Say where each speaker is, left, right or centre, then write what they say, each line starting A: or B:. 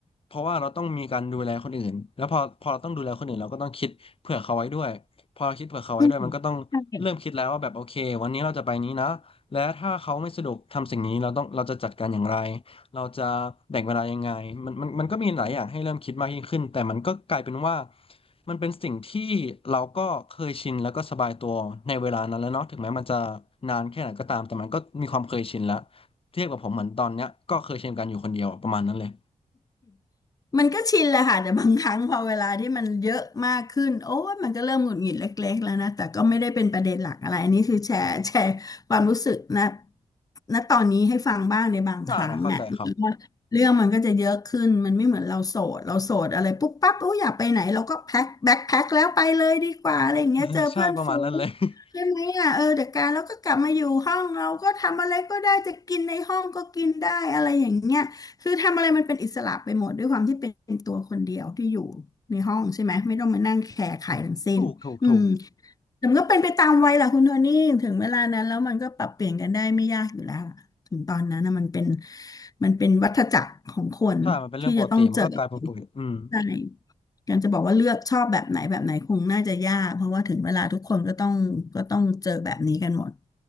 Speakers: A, on the left (about 40°); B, on the left (about 25°).
A: เพราะว่าเราต้องมีการดูแลคนอื่นแล้วพอพอเราต้องดูแลคนอื่นเราก็ต้องคิดเผื่อเขาไว้ด้วยพอเราคิดเผื่อเขาไว้ด้วยมันก็ต้องเริ่มคิดแล้วว่าแบบโอเควันนี้เราจะไปนี้นะ
B: อืมใช่
A: และถ้าเขาไม่สะดวกทำสิ่งนี้เราต้องเราจะจัดการอย่างไรเราจะแบ่งเวลายังไงมันมันมันก็มีหลายอย่างให้เริ่มคิดมากยิ่งขึ้นแต่มันก็กลายเป็นว่ามันเป็นสิ่งที่เราก็เคยชินแล้วก็สบายตัวในเวลานั้นแล้วเนาะถึงแม้มันจะนานแค่ไหนก็ตามแต่มันก็มีความเคยชินแล้วเทียบกับผมเหมือนตอนเนี้ยก็เคยชินกันอยู่คนเดียวประมาณนั้นเลย
B: มันก็ชินแหละค่ะแต่บางครั้งพอเวลาที่มันเยอะมากขึ้นโอ้ยมันก็เริ่มหงุดหงิดเล็กๆแล้วนะแต่ก็ไม่ได้เป็นประเด็นหลักอะไรอันนี้คือแชร์แชร์ความรู้สึกนะณตอนนี้ให้ฟังบ้างในบางครั้งอ่ะว่าเรื่องมันก็จะเยอะขึ้นมันไม่เหมือนเราโสดเราโสดอะไรปุ๊บปั๊บโอ้ยอยากไปไหนเราก็แพ็คแบ็คแพ็คแล้วไปเลยดีกว่าอะไรอย่างเงี้ยเจอเพื่อนฝูง
A: ใช่และเข้าใจครับ <laughs> เออใช่ประมาณนั้นเลย <laughs>
B: ใช่ไหมอ่ะเออเดี๋ยวการแล้วก็กลับมาอยู่ห้องเราก็ทำอะไรก็ได้จะกินในห้องก็กินได้อะไรอย่างเงี้ย คือทำอะไรมันเป็นอิสระไปหมดด้วยความที่เป็นตัวคนเดียวที่อยู่ในห้องใช่ไหมไม่ต้องมานั่งแคร์ใครทั้งสิ้นอืม
A: ถูกถูกถูก
B: แต่มันก็เป็นไปตามวัยแหละคุณโทนี่ถึงเวลานั้นแล้วมันก็ปรับเปลี่ยนกันได้ไม่ยากอยู่แล้วล่ะถึงตอนนั้นนะมันเป็นมันเป็นวัฏจักรของคนที่จะต้องเจอ
A: ใช่มันเป็นเรื่องปกติมันก็กลายเป็นปกติอืม
B: ใช่การจะบอกว่าเลือกชอบแบบไหนแบบไหนคงน่าจะยากเพราะว่าถึงเวลาทุกคนก็ต้องก็ต้องเจอแบบนี้กันหมด